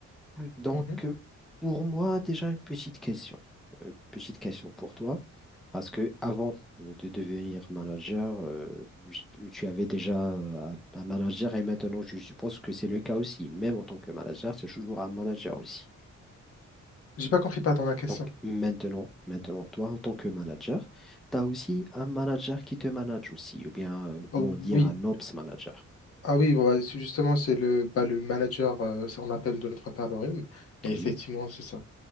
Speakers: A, in the centre; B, on the left.
A: Donc,
B: Mhm.
A: euh, pour moi, déjà une petite question. Une petite question pour toi. Parce que avant de devenir manager, euh, j- tu avais déjà euh, un manager et maintenant, je suppose que c'est le cas aussi. Même en tant que manager, c'est toujours un manager aussi.
B: J'ai pas compris, pas dans la question.
A: Donc, maintenant, maintenant, toi, en tant que manager, tu as aussi un manager qui te manage aussi, ou bien euh, nous pouvons
B: Oh,
A: dire
B: oui,
A: un ops manager.
B: Ah oui, bah, c'est justement, c'est le, bah, le manager, euh, ça, on appelle de notre part le rhume. Et
A: Oui.
B: effectivement, c'est ça.